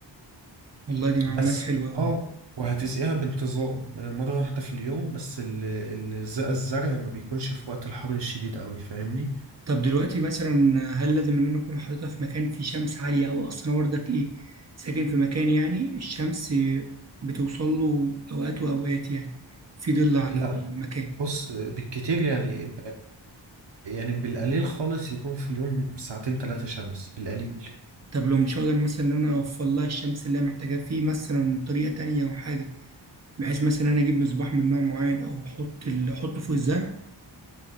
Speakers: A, on the right; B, on the right.
A: والله دي معلومات
B: بس
A: حلوه قوي
B: اه وهتسقيها بانتظام مرة واحدة في اليوم بس ال- الزق الزرع ما بيكونش في وقت الحر الشديد قوي فاهمني
A: طب دلوقتي مثلا هل لازم ان انا اكون حاططها في مكان فيه شمس عاليه او اصلا برضك ايه ساكن في مكان يعني الشمس بتوصل له اوقات واوقات يعني في ظل على
B: لا
A: المكان
B: بص بالكتير يعني يعني بالقليل خالص يكون في اليوم ساعتين ثلاثة شمس بالقليل
A: طب لو مش هقدر مثلا ان انا اوفر لها الشمس اللي هي محتاجاه في مثلا طريقه تانية او حاجه بحيث مثلا إن انا اجيب مصباح من نوع معين او احط ال- احطه فوق الزرع